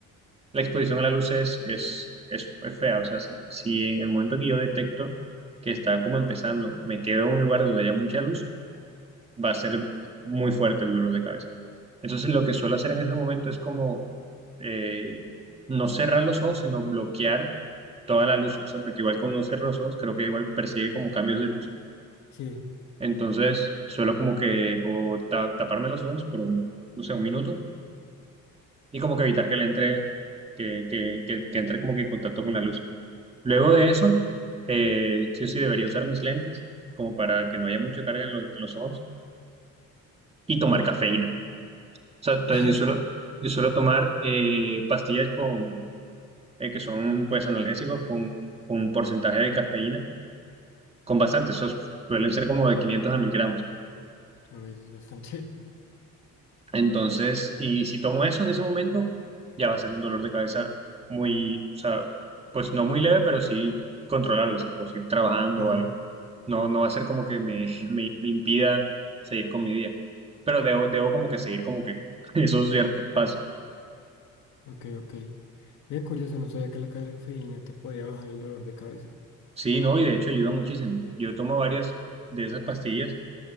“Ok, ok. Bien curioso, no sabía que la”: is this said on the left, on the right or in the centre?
Left